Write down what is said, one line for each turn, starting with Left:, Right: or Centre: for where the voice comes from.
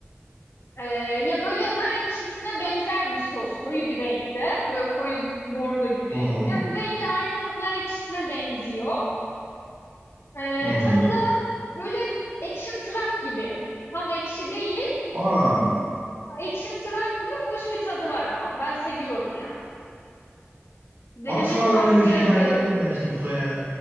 Left: Eee, ya böyle nar ekşisine benzer bir sos. Koyu bir renkte. Böyle koyu bordo gibi.
Right: Hı hı.
Left: Yani rengi aynı nar ekşisine benziyor. Eee,
Right: Hı hı.
Left: tadı da böyle ekşimtırak gibi. Tam ekşi değil.
Right: Aa,
Left: Ekşimtırak gibi hoş bir tadı var ama. Ben seviyorum yani. Denemeni
Right: asla
Left: tavsiye
Right: öyle bir şey hayal
Left: ederim.
Right: etmemiştim soya.